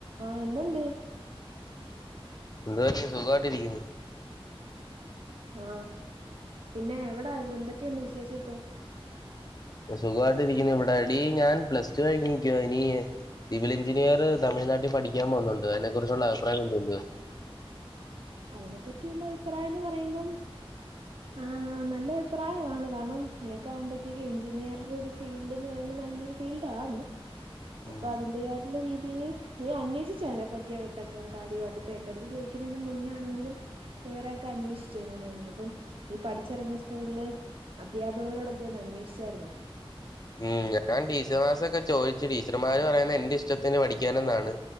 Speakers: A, on the right; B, on the left.
A: ആ ന്ന്ണ്ട്
B: എതുവ സുഖമായിട്ടിരിക്കുന്നു
A: ആ പിന്നെ എവിട എന്തൊക്കെയുണ്ട് വിശെ <unintelligible> പ്പം
B: സുഖമായിട്ടിരിക്കുന്നു ഇവിടെ ടി ഞാൻ പ്ലസ് ടു കഴിഞ്ഞിക്കുവ ഇനി സിവിൽ എഞ്ചിനീയർ തമിഴ്നാട്ടി പഠിക്കാൻ പോകുന്നുണ്ട് അതിനെ കുറിച്ചുള്ള അഭിപ്രായം എന്തുണ്ട്
A: അതിനെപ്പറ്റിയുള്ള അഭിപ്രായംന്ന് പറയുമ്പം ആ നല്ല അഭിപ്രായമാണ് കാരണം നിനക്ക വുമ്പോത്തേക്കും എഞ്ചിനീയർ ഒരു ഫീൽഡ്ന്ന് പറയുമ്പോം നല്ലൊരു ഫീൽഡാണ് അപ്പൊ
B: ഉം
A: അതിന്റെ യായിട്ടുള്ള രീ നീ നീ അന്വേഷിച്ചയ്‌നെ പറ്റിയട്ടൊക്കെ കാര്യമായിട്ട് ഇപ്പൊ എന്റെട്ത്ത് ചോയിക്കുന്നതിന് മുന്നോണെങ്കിലും വേറെക്കെ അന്വേഷിച്ചോ എങ്ങനെണ്ടെന്ന് ഇപ്പം നീ പഠിച്ചിറങ്ങിയ സ്കൂളില് അധ്യാപകരോടൊക്കൊന്ന് അന്വേഷിച്ചായിരുന്നോ
B: ഉം ഞാൻ ടീച്ചർമാസൊക്കെ ചോദിച്ചു ടീച്ചർമാര് പറയുന്നെ എന്റെ ഇഷ്ടത്തിന് പഠിക്കാനെന്നാണ്